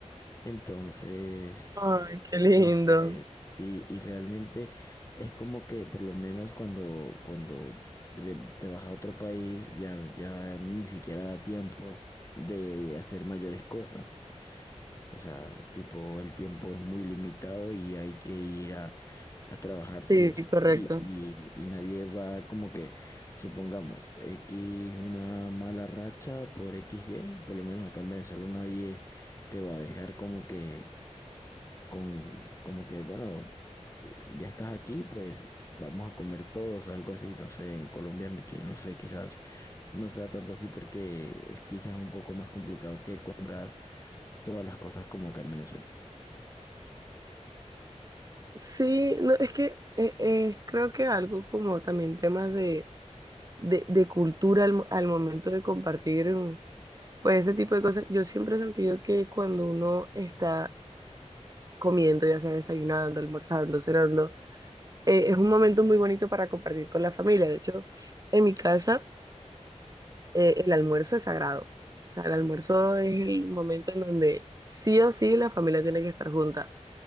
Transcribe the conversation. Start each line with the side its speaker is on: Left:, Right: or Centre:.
Left: Entonces...
Right: Ay, qué lindo.
Left: No sé, sí, y realmente es como que por lo menos cuando, cuando le- te vas a otro país ya, ya ni siquiera da tiempo de hacer mayores cosas. O sea, tipo, el tiempo es muy limitado y hay que ir a, a trabajar sí
Right: Sí,
Left: o sí
Right: correcto.
Left: y, Claro. y- y nadie va como que, supongamos, X una mala racha por x y por lo menos acá en Venezuela nadie te va a dejar como que con como que, bueno, eh, ya estás aquí, pues vamos a comer todos, algo así, no sé, en Colombia, ni que no sé, quizás no sea tanto así porque es quizás un poco más complicado que comprar todas las cosas como acá en Venezuela.
Right: Sí, no, es que eh, eh, creo que algo como también temas de, de, de cultura al, mo- al momento de compartir, mm, pues ese tipo de cosas. Yo siempre he sentido que cuando uno está comiendo, ya sea desayunando, almorzando, cenando, eh, es un momento muy bonito para compartir con la familia. De hecho, en mi casa, eh, el almuerzo es sagrado. O sea, el almuerzo es el momento en donde sí o sí la familia tiene que estar junta.